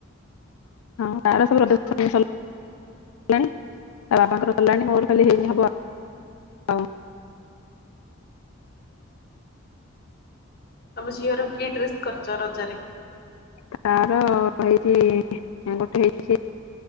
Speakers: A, on the left; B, on the left.
A: ହଁ ତାର ସବୁ <inaudible> ସରଲାଣି ତା ବାବାଙ୍କର ସରଲାଣି ମୋର ଖାଲି ହେଇନି ହବ। ଆଉ
B: ତମ ଝିଅ ର କି ଡ୍ରେସ୍ କରିଚ ରଜରେ?
A: ତାର ହେଇଚି ଏଁ ଗୋଟେ ହେଇଚି